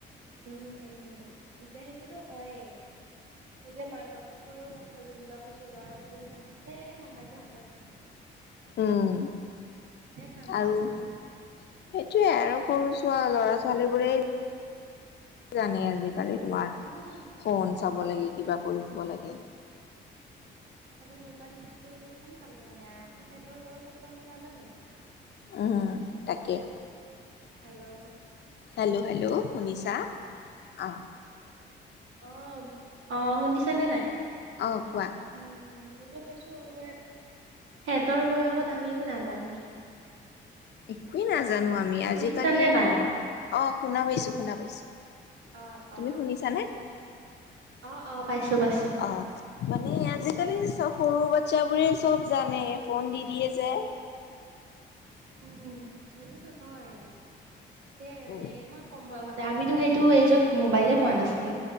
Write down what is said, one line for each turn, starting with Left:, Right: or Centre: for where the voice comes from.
Right: উম উম এতিয়া সেইটোতো হয়েই। এতিয়া মাক বাপেকৰো কথা যেনিবা কৈছো ল'ৰা ছোৱালী খান্ পিছে মোম্বাইলটো হাতত
Left: উম
Right: দিছে কান্দা
Left: আৰু
Right: চোন
Left: সেইটো সেইয়ে আৰু সৰু ছ ল'ৰা ছোৱালী বোৰেই কি জানেই আজিকালি তোমাৰ।
Right: সিহঁতেতো
Left: ফোন চাব লাগে কিবা কৰিব লাগে
Right: সিহঁক মোবাইল ইউজ কৰিব ইমান ভালকে জানে আ, তেখেতৰ বয়সতো আমি নাজানো।
Left: উম তাকে।
Right: হেল্লো'।
Left: হেল্লো হেল্লো শুনিছা? আহ!
Right: অ অ শুনিছা নে নাই?
Left: অ কোৱা
Right: <unintelligible> সিহঁতৰ বয়সত আমি একো নাজানোৱেই।
Left: একোৱে নাজানো আমি আজিকালি।
Right: শুনিছানে নাই
Left: অ শুনা পাইছো শুনা পাইছো।
Right: অ
Left: তুমি
Right: অ
Left: শুনিছা নে?
Right: অ অ। পাইছো পাইছো
Left: অ মানে আজি কালি সৰু বাচ্ছাবোৰে চব জানে ফোন দি দিয়ে যে।
Right: উম সেইটোতো হয়, তালে মানে
Left: উম
Right: ইমান কম বয়সত আমিতো সেইটো এইজত মোবাইলে পোৱা নাছিলো।